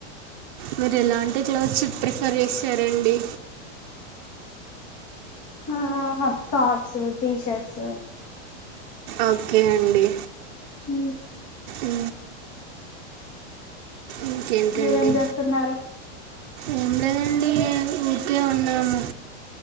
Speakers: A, on the right; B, on the left.
A: మీరు ఎలాంటి క్లోత్స్ ప్రిఫర్ చేశారండి
B: ఆ టాప్స్ టీషర్ట్స్
A: ఓకే అండి
B: హ్మ్
A: ఉ ఇంకేంటి
B: మీరేం
A: అండి
B: చేస్తున్నారు
A: ఏం లేదండి ఉకే ఉన్నాము